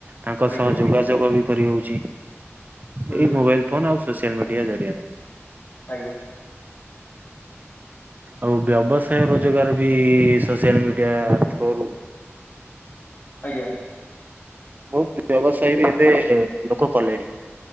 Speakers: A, on the right; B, on the left.
A: ତାଙ୍କ
B: ଆଜ୍ଞା
A: ସହ
B: ଆଜ୍ଞା
A: ଯୋଗାଯୋଗ ବି କରିହଉଛି। ଏଇ
B: ହୁଁ
A: ମୋବାଇଲ ଫୋନ ଆଉ ସୋସିଆଲ ମିଡିଆ ଜରିଆରେ।
B: ଆଜ୍ଞା।
A: ଆଉ ବ୍ୟବସାୟ ରୋଜଗାର ବି ସୋସିଆଲ ମିଡିଆ ଥ୍ରୋରୁ।
B: ଆଜ୍ଞା।
A: ବହୁତ ବ୍ୟବସାୟ ବି ଏବେ ଲୋକ କଲେଣି।